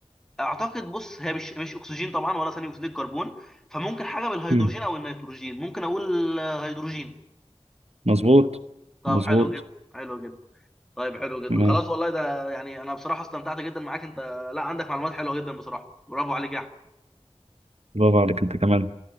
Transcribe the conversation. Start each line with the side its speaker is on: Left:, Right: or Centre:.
Centre: اعتقد بص هي مش مش اكسجين طبعا ولا ثاني اكسيد الكربون فممكن حاجة بالهيدروجين
Right: مم.
Centre: او النيتروجين ممكن اقول آه، هيدروجين
Right: مظبوط
Centre: طب
Right: مظبوط
Centre: حلو جدا حلو جدا طيب حلو جدا
Right: تمام
Centre: خلاص والله ده يعني انا بصراحة استمتعت جدا معاك انت لا عندك معلومات حلوة جدا بصراحة برافو عليك يا
Right: برافو عليك أنت كمان